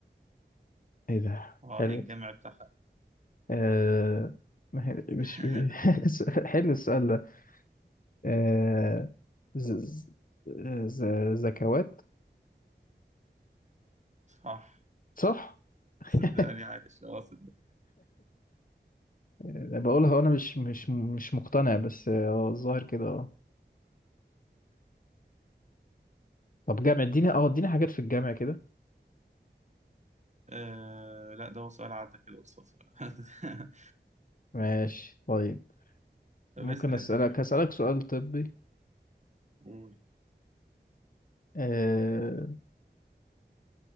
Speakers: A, on the left; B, on the right.
A: ايه ده
B: اه
A: حلو
B: ايه الجامع بتاعها
A: آه ما هي- مش
B: <laughs>
A: مش- <laughs> حلو السؤال ده آه ز... ز... ز- زكوات
B: صح
A: صح <laughs>
B: صدقني عايش اه صدق
A: آه، بقولها وانا مش مش مش مقتنع بس اه الظاهر كده اه طب جامع اديني اه اديني حاجات في الجامع كده
B: آه لا ده هو سؤال عدى كده قصاد سؤال <laughs>
A: ماشي طيب
B: طب
A: ممكن
B: اسأل
A: اسالك
B: انت حاجة
A: هسالك سؤال طبي
B: قول
A: آه،